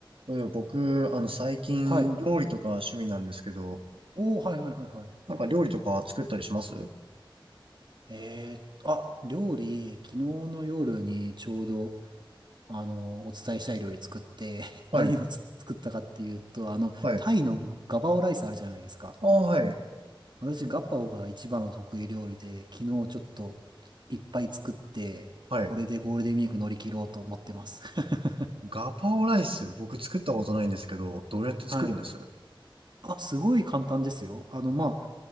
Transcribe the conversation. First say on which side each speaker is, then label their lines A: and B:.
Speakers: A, on the right; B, on the right.
A: そういえば僕、あの、最近、
B: はい。
A: 料理とか趣味なんですけど、
B: おお、はいはいはいはい。
A: なんか料理とか作ったりします
B: えーっと、あ、料理、昨日の夜にちょうど、あの、お伝えしたい料理作って、<laughs>
A: はい、
B: 何をつ作ったかっていうと、あの、
A: はい。
B: タイのガパオライスあるじゃないですか。
A: ああ、はい、
B: 私、ガパオが一番の得意料理で、昨日ちょっといっぱい作って、
A: はい。
B: これでゴールデンウィーク乗り切ろうと思ってます。<laughs>
A: ガパオライス、僕作ったことないんですけど、どうやって作るんです
B: はい。あ、すごい簡単ですよ。あの、まあ、